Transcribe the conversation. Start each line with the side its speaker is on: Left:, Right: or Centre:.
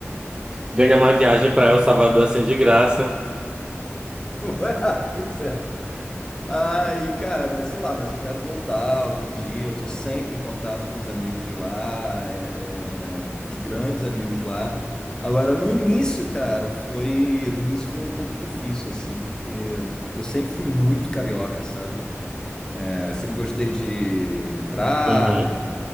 Right: ganhar uma viagem pra El Salvador assim de graça.
Left: <laughs> Ué, isso é. Aí, cara, mas sei lá, mas eu quero voltar algum dia. Eu tô sempre em contato com os amigos de lá, é- é, os grandes amigos lá. Agora, no início, cara, foi, no início foi um pouco difícil, assim, porque eu sempre fui muito carioca, sabe? É, sempre gostei de praia,
Right: Uhum,